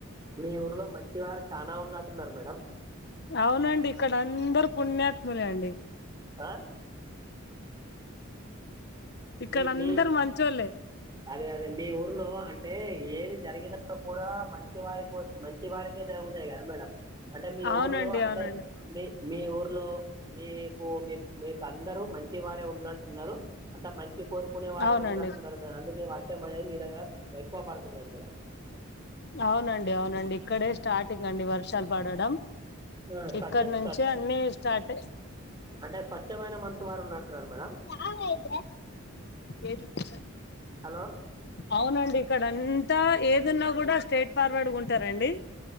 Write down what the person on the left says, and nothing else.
అవునండి ఇక్కడ అందరు పుణ్యాత్ములే అండి
ఇక్కడ
అందరు
మంచి ఓళ్ళే
అవునండి
అవునండి
అవునండి
అవునండి అవునండి ఇక్కడే స్టార్టింగ్ అండి వర్షాలు పడడం
ఇక్కడ
నుంచే
అన్నీ స్టార్ట్
చాలా అయితే ఏంటి స
అవునండి ఇక్కడ అంతా ఏది ఉన్నా కూడా స్ట్రేట్ ఫార్వర్డ్ ఉంటారండి